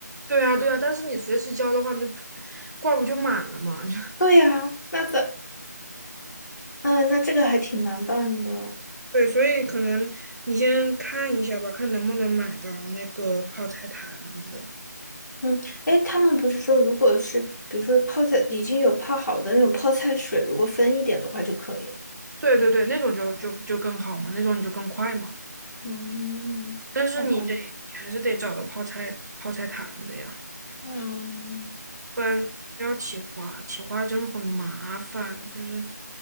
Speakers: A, on the right; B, on the left.
A: 对啊，对啊，但是你随时浇的话，那罐儿不就满了嘛？<laughs>
B: 对呀，那咋？嗯，那这个还挺难办的。
A: 对，所以可能你先看一下吧，看能不能买到那个泡菜坛子。
B: 嗯，哎，他们不是说，如果是比如说泡菜已经有泡好的那种泡菜水，如果分一点的话就可以。
A: 对对对，那种就就就更好嘛，那种你就更快嘛。
B: 嗯，
A: 但是你得，
B: 好吧，
A: 你还是得找到泡菜泡菜坛子呀，
B: 嗯
A: 不然不要起花，起花真的很麻烦。就是